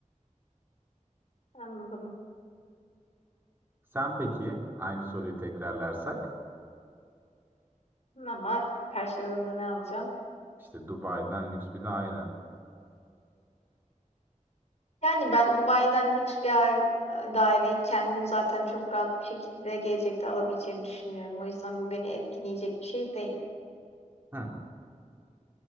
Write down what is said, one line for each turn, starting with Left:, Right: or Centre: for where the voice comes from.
Left: anladım.
Right: Sen peki aynı soruyu tekrarlarsak
Left: Ama karşılığında ne alacağım?
Right: işte Dubai'den lüks bir daire.
Left: Yani ben Dubai'den lüks bir ail daireyi kendim zaten çok rahat bir şekilde gelecekte alabileceğimi düşünüyorum. O yüzden bu beni etkileyecek bir şey değil.
Right: Hı.